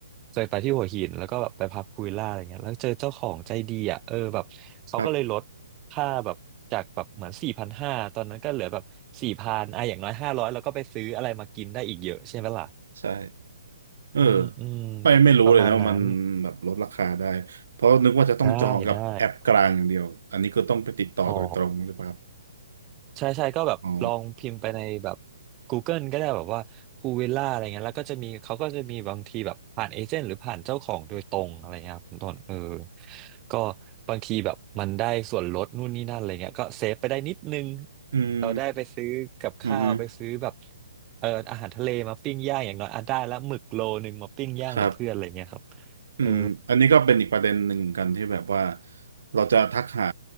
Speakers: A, on the right (about 15°); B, on the right (about 65°).
A: จะไปที่หัวหินแล้วก็แบบไปพักพูวิลล่าอะไรเงี้ยแล้วเจอเจ้าของใจดีอ่ะเออแบบเขาก็เลยลดค่าแบบจากแบบเหมือนสี่พันห้าตอนนั้นก็เหลือแบบสี่พันอ่ะอย่างน้อยห้าร้อยแล้วก็ไปซื้ออะไรมากินได้อีกเยอะใช่ไหมล่ะ
B: ครับใช่เออ
A: อืมอืมปประมาณนั้น
B: ไม่ไม่รู้เลยนะว่ามันแบบลดราคาได้เพราะนึกว่าจะต้องจองกับแอปกลางอย่างเดียวอันนี้ก็ต้องไปติดต่อโดยตรงใช่ปะครับ
A: ได้ได้อ๋อ ใช่ใช่ก็แบบลองพิมพ์ไปในแบบ
B: อ๋อ
A: Google ก็ได้แบบว่าพูวิลล่าอะไรเงี้ยแล้วก็จะมีเขาก็จะมีบางทีแบบผ่านเอเจนต์หรือผ่านเจ้าของโดยตรงอะไรเงี้ยครับคุณต้นเออก็บางทีแบบมันได้ส่วนลดนู่นนี่นั่นอะไรเงี้ยก็เซฟไปได้นิดนึง
B: อืม
A: เราได้ไปซื้อกับข้าวไปซื้อแบบ
B: อืม
A: เอออาหารทะเลมาปิ้งย่างอย่างน้อยอ่ะได้แล้วหมึกโลนึงมาปิ้งย่างกับเพื่อนอะไรเงี้ยครับ
B: ครับ อืมอันนี้ก็เป็นอีกประเด็นหนึ่งเหมือนกันที่แบบว่า
A: เออ
B: เราจะทักหา